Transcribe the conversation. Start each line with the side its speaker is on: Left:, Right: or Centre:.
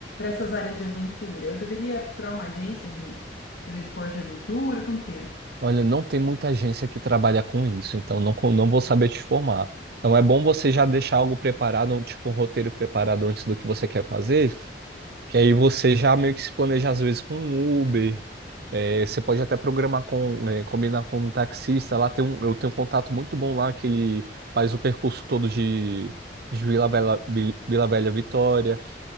Left: essas áreas de aventura? Eu deveria procurar uma agência de fazer esporte de aventura? Como que é?
Right: Olha, não tem muita agência que trabalha com isso, então não, co- não vou saber te formar. Então é bom você já deixar algo preparado, um- tipo um roteiro preparado antes do que você quer fazer, Que aí você já meio que se planeja às vezes com um Uber. É, você pode até programar com, é, combinar com um taxista. Lá tem um, eu tenho um contato muito bom lá que ele faz o percurso todo de, de Vila Bela- Vi- Vila Velha, Vitória.